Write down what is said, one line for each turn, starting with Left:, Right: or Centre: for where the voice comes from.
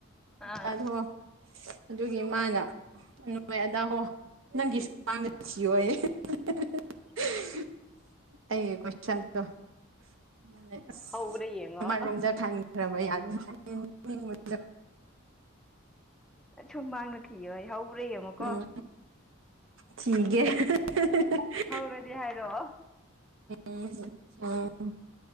Right: <unintelligible>
Centre: ꯑꯥ
Right: ꯑꯗꯨꯒꯤ ꯃꯥꯅ ꯑꯩ ꯍꯣꯏ ꯑꯗꯥ ꯍꯣ ꯅꯪꯒꯤ ꯁꯨꯃꯥꯡꯗ ꯊꯤꯌꯣꯌꯦ <unintelligible> ꯑꯩꯒꯤ ꯀꯣꯏꯁꯟꯇꯣ ꯃꯣꯏ ꯑꯁ
Centre: ꯍꯧꯕ꯭ꯔꯥ ꯌꯦꯡꯉꯣ
Right: ꯑꯃꯔꯣꯝꯗ ꯈꯟ ꯈ꯭ꯔꯕ ꯌꯥꯅꯤ <unintelligible> ꯃꯤ ꯎꯔꯣꯏ <unintelligible>
Centre: ꯁꯨꯃꯥꯡꯗ ꯊꯤꯌꯣ ꯍꯧꯕ꯭ꯔ ꯌꯦꯡꯉꯣꯀꯣ
Right: ꯎꯝ ꯊꯤꯒꯦ <unintelligible>
Centre: ꯍꯧꯔꯗꯤ ꯍꯥꯏꯔꯛꯑꯣ
Right: ꯎꯝ ꯎꯝ